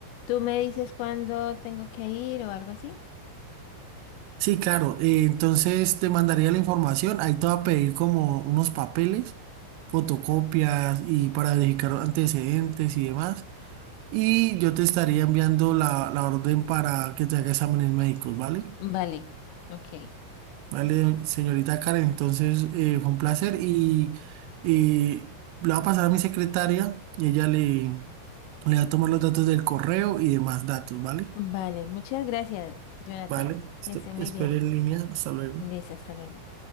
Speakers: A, on the left; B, on the right.
A: tú me dices cuándo tengo que ir o algo así.
B: Sí, claro. eh, entonces te mandaría la información. Ahí te va a pedir como unos papeles, fotocopias y para verificar antecedentes y demás. Y yo te estaría enviando la, la orden para que te haga exámenes médicos, ¿vale?
A: Vale, ok.
B: Vale, señorita Karen. Entonces eh, fue un placer y, y lo va a pasar a mi secretaria y ella le, le va a tomar los datos del correo y demás datos, ¿vale?
A: Vale, muchas gracias, Jonathan.
B: Vale. este-
A: Que esté muy
B: Espere
A: bien.
B: en línea. Hasta luego.
A: Listo, hasta luego.